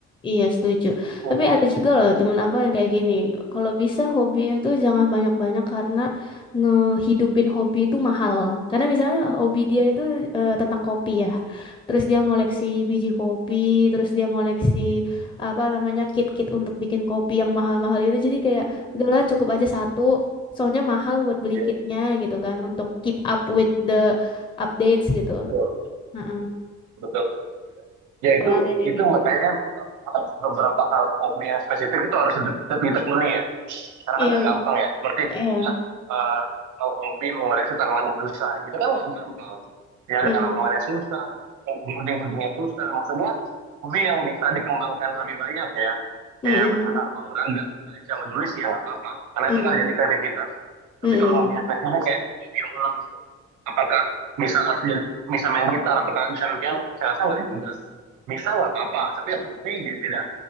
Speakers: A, on the left; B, on the right.
A: Iya, setuju.
B: Itu.
A: Tapi ada juga loh temen aku yang kayak gini. Kalau bisa hobi itu jangan banyak-banyak karena ngehidupin hobi itu mahal. Karena misalnya hobi dia itu eh, tentang kopi ya. Terus dia ngoleksi biji kopi, terus dia ngoleksi apa namanya kit-kit untuk bikin kopi yang mahal-mahal itu. Jadi kayak udahlah cukup aja satu. Soalnya mahal buat beli
B: Iya,
A: kitnya gitu kan untuk keep up with the updates gitu.
B: betul.
A: Heeh.
B: Betul. ya
A: Kalau
B: itu
A: ada yang
B: itu
A: gitu.
B: makanya beberapa, beberapa hal hobi yang spesifik itu harus dite- ditekuni ya karena
A: Iya,
B: kan nggak
A: kan?
B: gampang ya seperti contohnya
A: iya.
B: eh, kalau hobi mengoleksi tanaman bonsai itu kan nggak gampang ya
A: Mm,
B: ada tanamannya susah gunting-guntingnya susah maksudnya hobi yang bisa dikembangkan lebih banyak ya
A: mm,
B: kayak misalkan olahraga baca menulis ya nggak apa-apa karena
A: mm,
B: itu kan jadi kreativitas
A: mm,
B: tapi
A: mm,
B: kalau hobi yang teknisnya kayak hobi biola, apakah bisa ngasih jadi bisa main gitar, apakah bisa main piano? Saya rasa nggak juga. Bisa nggak apa-apa, tapi yang hobi beda.